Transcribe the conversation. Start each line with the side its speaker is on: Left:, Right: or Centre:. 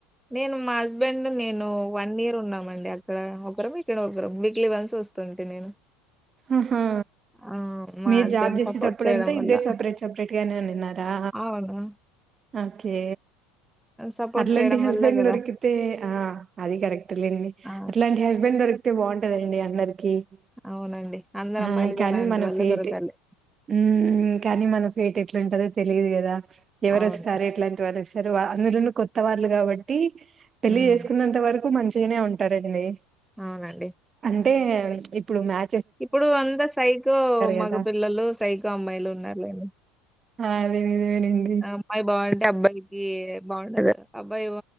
Centre: నేను మా హస్బెండ్ నేను వన్ ఇయర్ ఉన్నాం అండి అక్కడ ఒకరు కిరం వీక్లీ వన్స్ వస్తుంటే నేను
Right: అహా
Centre: ఆ మా
Right: మీరు
Centre: హస్బెండ్
Right: జాబ్ చేసేటప్పుడంతా
Centre: సపోర్ట్ చేయడం వల్ల
Right: ఇద్దరు సపరేట్ సపరేట్గానే తిన్నారా
Centre: అవును
Right: ఓకే
Centre: సపోర్ట్
Right: అట్లాంటి
Centre: చేయడం
Right: హస్బెండ్
Centre: వల్లే కదా
Right: దొరికితే ఆ అది కరెక్ట్ లేండి
Centre: ఆ
Right: అట్లాంటి హస్బెండ్ దొరికితే బాగుంటదండి అందరికి ఆమ్
Centre: అవునండి అందరు
Right: ఆ
Centre: అమ్మాయిలకి
Right: కానీ
Centre: అలాంటి
Right: మన
Centre: వాళ్ళే
Right: ఫేట్
Centre: దొరకాలి
Right: మ్మ్ కానీ మన బెయట్ ఎట్లు ఉంటదో తెలియదు కదా ఎవరు
Centre: అవును
Right: వస్తారు ఎట్లాంటి వాళ్ళు వస్తార్ అందురు కొత్త వాళ్ళ కాబట్టి పెళ్లి
Centre: ఉమ్
Right: చేసుకున్నంత వరకు మంచిగానే ఉంటారండి
Centre: అవునండి
Right: అంటే ఇప్పుడు మ్యా
Centre: ఇప్పుడు అంతా సైకో మగ
Right: కదా
Centre: పిల్లలు సైకో అమ్మాయిలు ఉన్నారులేని
Right: అదే నిజమేనండి
Centre: అమ్మాయి బాగుంటే అబ్బాయికి బాగుండదు వ